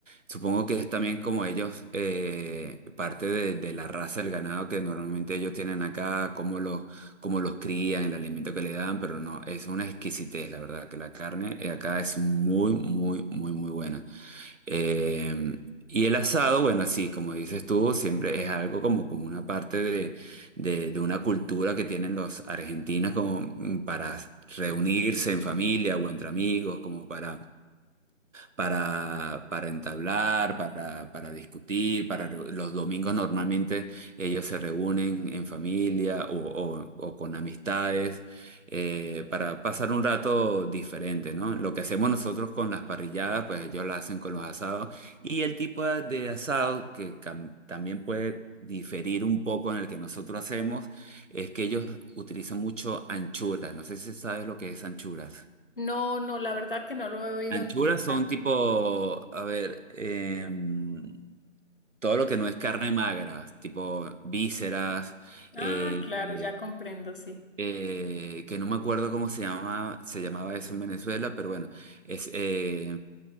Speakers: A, on the right (about 70°); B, on the left (about 40°).
A: Supongo que es también como ellos, eh, parte de, de la raza del ganado que normalmente ellos tienen acá, cómo los, cómo los crían, el alimento que le dan, pero no, es una exquisitez, la verdad, que la carne eh, acá es muy, muy, muy, muy buena. Eh, y el asado, bueno, sí, como dices tú, siempre es algo como, como una parte de, de- de una cultura que tienen los argentinos como mm, para reunirse en familia o entre amigos, como para para, para entablar, para, para discutir, para reu- los domingos normalmente ellos se reúnen en familia o, o- o con amistades eh, para pasar un rato diferente, ¿no? Lo que hacemos nosotros con las parrilladas, pues ellos las hacen con los asados y el tipo de de asado que cam- también puede diferir un poco en el que nosotros hacemos es que ellos utilizan mucho anchuras. No sé si sabes lo que es anchuras.
B: No, no, la verdad que no lo he oído
A: Anchuras
B: nombrar.
A: son tipo, a ver, em, todo lo que no es carne magra, tipo vísceras, eh,
B: Ah, claro,
A: eh,
B: ya comprendo, sí.
A: eh, que no me acuerdo cómo se llama, se llamaba eso en Venezuela, pero bueno, es eh,